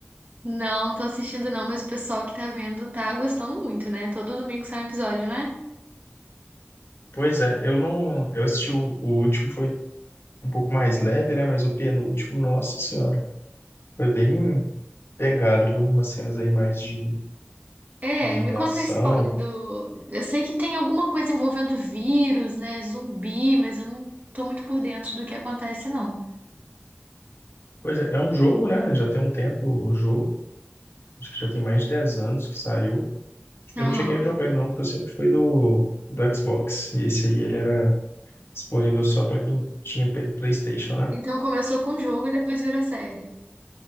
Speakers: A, on the right; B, on the left.
A: não, tô assistindo não, mas o pessoal que tá vendo tá gostando muito, né? Todo domingo sai um episódio, né?
B: Pois é, eu não... Eu assisti o, o último, foi um pouco mais leve, né? Mas o penúltimo, nossa senhora. Foi bem pegado, viu? Umas cenas aí mais de,
A: É,
B: de
A: me conta
B: ação.
A: a história do. Eu sei que tem alguma coisa envolvendo vírus, né? Zumbi, mas eu não tô muito por dentro do que acontece, não.
B: Pois é, é um jogo, né? Já tem um tempo o jogo. Acho que já tem mais de 10 anos que saiu.
A: Aham.
B: Eu não cheguei a jogar ele não, porque eu sempre fui do, do Xbox. E esse aí, ele era disponível só para quem tinha P- PlayStation, né?
A: Então começou com o jogo e depois virou série.